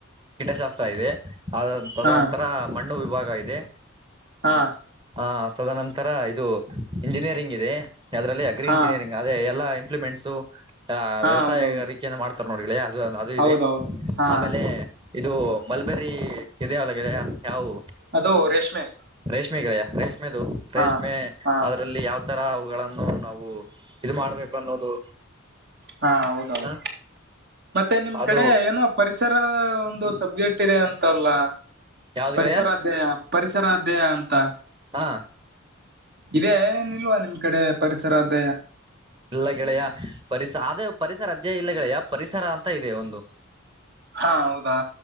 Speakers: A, on the right (about 25°); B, on the right (about 50°).
A: ಕೀಟಶಾಸ್ತ್ರ ಇದೆ ಅ ತದನಂತರ
B: ಹಾ
A: ಮಣ್ಣು ವಿಭಾಗ ಇದೆ
B: ಹಾ
A: ಹ ತದನಂತರ ಇದು ಇಂಜಿನಿಯರಿಂಗ್ ಇದೆ ಅದರಲ್ಲಿ ಅಗ್ರಿ
B: ಹಾ
A: ಇಂಜಿನಿಯರಿಂಗ್ ಅದೇ ಎಲ್ಲಾ ಇಂಪ್ಲಿಮೆಂಟ್ಸು
B: ಹಾ
A: ವ್ಯವಸಾಯೆಯ
B: ಹೌದೌದು
A: ಮಾಡ ನೋಡ್ಗಳೆ ಅದು ಅದು
B: ಹೌದೌದು
A: ಇದೆ
B: ಹಾ
A: ಆಮೇಲೆ ಇದು ಮಲ್ಬೇರಿ ಎದೆ ಒಲಗಿದೆ ಯಾವವು
B: ಅದು ರೇಷ್ಮೆ
A: ರೇಷ್ಮೆಗಳೆಯ ರೇಷ್ಮೆದು ರೇಷ್ಮೆ
B: ಹಾ ಹಾ
A: ಅದರಲ್ಲಿ ಯಾವ ಈ ತರ ಅವುಗಳನ್ನು ನಾವು ಇದು ಮಾಡ್ಬೇಕು ಅನ್ನೋದು
B: ಹಾ ಹೌದೌದು
A: ಹ
B: ಮತ್ತೆ ನಿಮ್
A: ಅದು
B: ಕಡೆ ಏನು ಪರಿಸರ ೊಂದು ಸಬ್ಜೆಕ್ಟ್ ಇದೆ ಅಂತಲ್ಲ
A: ಯಾವ್ದ್
B: ಪರಿಸರಧ್ಯಯ
A: ಗೆಳೆಯ
B: ಪರಿಸರ ಅಧ್ಯಯ ಅಂತ
A: ಹಾ
B: ಇದೇ ಏನಿಲ್ವಾ ನಿಮ್ ಕಡೆ ಪರಿಸರಧ್ಯಾಯ
A: ಇಲ್ಲ ಗೆಳೆಯ ಪರಿಸ ಆದೇ ಪರಿಸರ ಅಧ್ಯಾಯ ಇಲ್ಲ ಗೆಳೆಯ ಪರಿಸರ ಅಂತ ಇದೆ ಒಂದು
B: ಹಾ ಹೌದಾ